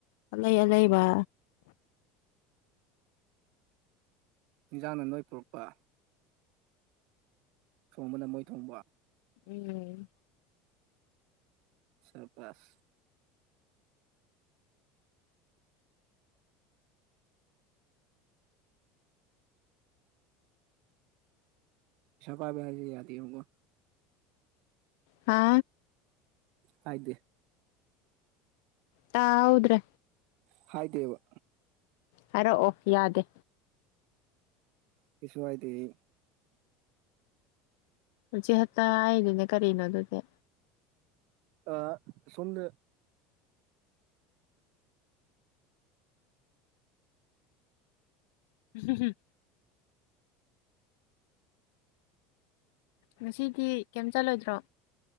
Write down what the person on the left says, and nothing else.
ꯑꯂꯩ ꯑ ꯂꯩꯕ
ꯎꯝ
ꯍꯥ
ꯇꯍꯧꯗ꯭ꯔꯦ
ꯍꯥꯏꯔꯛꯑꯣ ꯌꯥꯗꯦ
ꯍꯧꯖꯤꯛꯇ ꯍꯥꯏꯗꯨꯅ ꯀꯔꯤꯅꯣ ꯑꯗꯨꯗꯤ
ꯍꯨꯝ ꯍꯨꯝ ꯉꯁꯤꯗꯤ ꯀꯩꯝ ꯆꯠꯂꯣꯏꯗ꯭ꯔꯣ